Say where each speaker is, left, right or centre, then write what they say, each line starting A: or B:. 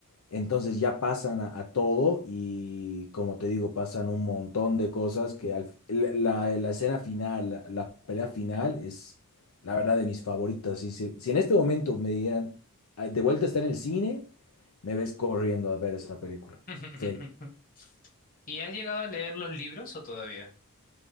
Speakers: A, on the left (about 70°); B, on the left (about 40°).
A: Entonces ya pasan a, a todo y como te digo, pasan un montón de cosas que al, la, la- la escena final, la, la pelea final es la verdad de mis favoritas. Si, si, si en este momento me dieran, "Ah, de vuelta está en el cine, me ves corriendo a ver esa película.
B: <laughs>
A: Fel-
B: ¿Y has llegado a leer los libros o todavía?